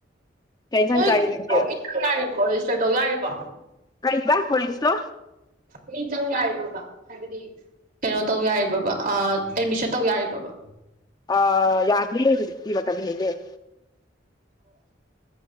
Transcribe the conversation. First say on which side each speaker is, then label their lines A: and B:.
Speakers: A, on the left; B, on the right.
A: ꯀꯩ ꯏꯟꯁꯥꯡ
B: ꯅꯣꯏ
A: ꯆꯥꯒꯦ ꯅꯪꯗꯤ
B: ꯌꯥꯔꯤꯕꯣ ꯔꯦꯖꯤꯁꯇꯔ ꯇꯧ ꯌꯥꯔꯤꯕꯣ
A: ꯀꯔꯤꯕꯥ ꯀꯣꯂꯦꯖꯇꯣ
B: ꯃꯤ ꯆꯪ ꯌꯥꯔꯤꯕꯕꯥ ꯍꯥꯏꯕꯗꯤ ꯀꯩꯅꯣ ꯇꯧ ꯌꯥꯔꯤꯕꯕꯥ ꯑꯦꯗꯃꯤꯁꯟ ꯇꯧ ꯌꯥꯔꯤꯕꯕ
A: ꯑ ꯌꯥꯗꯔꯦꯍꯦ ꯍꯧꯖꯤꯛꯇꯤ ꯃꯇꯝ ꯍꯦꯜꯂꯦ